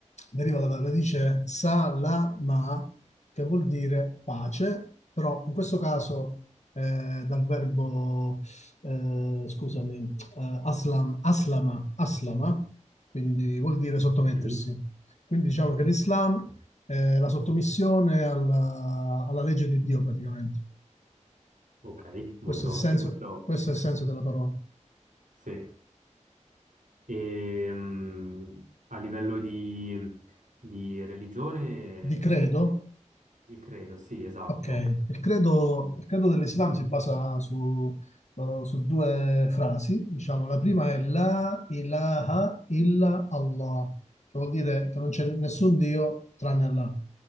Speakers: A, on the left (about 65°); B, on the right (about 90°).
A: deriva dalla radice salama, che vuol dire pace, però in questo caso eh, dal verbo, eh, scusami, eh, aslam, aslama, aslama, quindi vuol dire sottomettersi.
B: Mhm.
A: Quindi diciamo che l'Islam è la sottomissione alla alla legge di Dio praticamente.
B: Ok, molto,
A: Questo è il senso,
B: sì, questo,
A: questo è il senso della parola.
B: sì. E, mh, a livello di, di religione,
A: Di credo?
B: eh, il credo, sì, esatto.
A: Ok. Il credo, il credo dell'Islam si basa su, eh, su due frasi. Diciamo, la prima è La ilaha illa Allah, che vuol dire che non c'è nessun Dio tranne Allah.